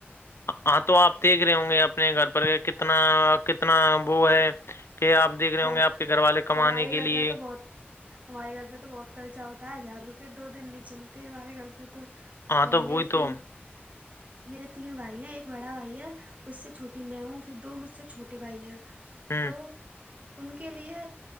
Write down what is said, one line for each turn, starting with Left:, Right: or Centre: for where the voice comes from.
Left: ہاں تو آپ دیکھ رہے ہوں گے اپنے گھر پر کتنا کتنا وہ ہے کہ آپ دیکھ رہے
Right: بہت
Left: ہوں گے آپ کے گھر والے کمانے
Right: ہمارے گھر
Left: کے لیے
Right: پہ تو بہت ہمارے گھر پہ تو بہت خرچہ ہوتا ہے ہزار روپئے دو دن نہیں چلتے ہمارے گھر پہ تو
Left: ہاں
Right: اور
Left: تو
Right: میرے
Left: وہئی
Right: تین
Left: تو
Right: میرے تین بھائی ہیں ایک بڑا بھائی ہے اس سے چھوٹی میں ہوں پھر دو مجھ سے چھوٹے بھائی ہیں
Left: ہوں
Right: تو ان کے لیے